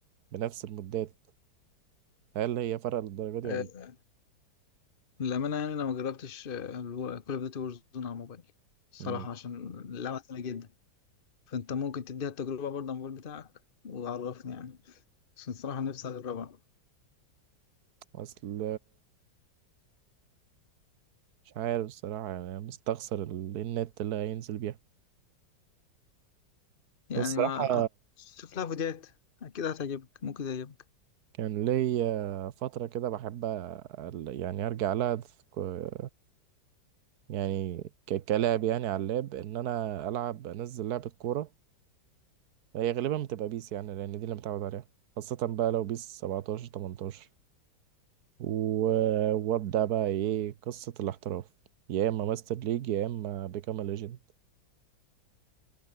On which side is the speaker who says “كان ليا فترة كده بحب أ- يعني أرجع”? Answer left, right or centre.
Right